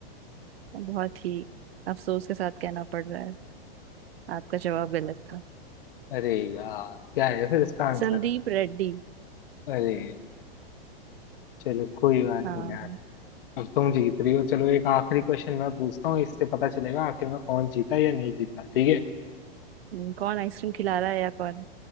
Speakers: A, on the right; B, on the left.
A: बहुत ही अफसोस के साथ कहना पड़ रहा है आपका जवाब गलत था
B: अरे यार क्या है फिर इसका आंसर
A: संदीप रेड्डी
B: अरे चलो कोई बात
A: हाँ
B: नहीं यार अब तुम जीत रही हो चलो एक आखिरी क्वेश्चन मैं पूछता हूँ इससे पता चलेगा आखिर में कौन जीता या नहीं जीता ठीक है
A: हम्म, कौन आइसक्रीम खिला रहा है या कौन